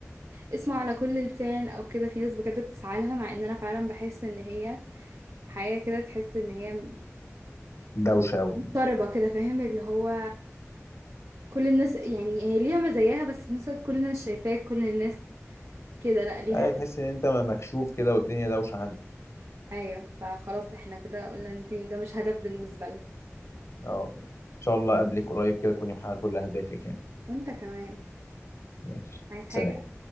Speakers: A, on the right; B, on the left.
A: اسمه على كل لسان او كده في ناس بجد بتسعى لها مع ان انا فعلا بحس ان هي حياة كده تحس ان هي
B: دوشة أوي
A: مضطربة كده فاهم اللي هو كل الناس يعني هي ليها مزاياها بس في نفس الوقت كل الناس شايفاك كل الناس كده لا ليها
B: أيوة تحس إن أنت مكشوف كده والدنيا دوشة عندك
A: ايوه فخلاص احنا كده قلنا ان دي ده مش هدف بالنسبة لنا
B: أه إن شاء الله أقابلك قريب كده تكوني محققة كل أهدافك يعني
A: وانت كمان
B: ماشي
A: عايز حاجة
B: سلام